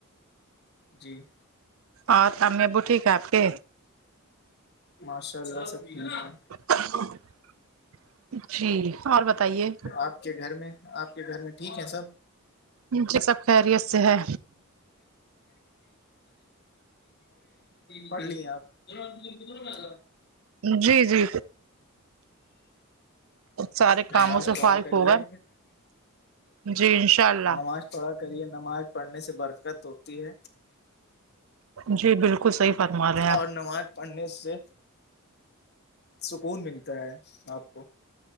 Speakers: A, on the left; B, on the right.
A: جی
B: اور ت میں بوٹ ک آپ کے
A: ماشاء اللہ سب ٹھیک ہے
B: <inaudible> جی اور بتائیے
A: آپ کے گھر میں آپ کے گھر میں ٹھیک ہے سب
B: مجھے سب خیریت سے ہے
A: پڑھ لیے آپ <inaudible>
B: جی جی سارے
A: نماز
B: کاموں سے
A: پڑا
B: فارغ
A: کریے
B: ہوگا جی انشاء اللہ
A: نماز پڑھا کریے نماز پڑھنے سے برکت ہوتی ہے
B: جی بالکل صحیح فرما رہے ہیں آپ
A: اور نماز پڑھنے سے سکون ملتا ہے آپ کو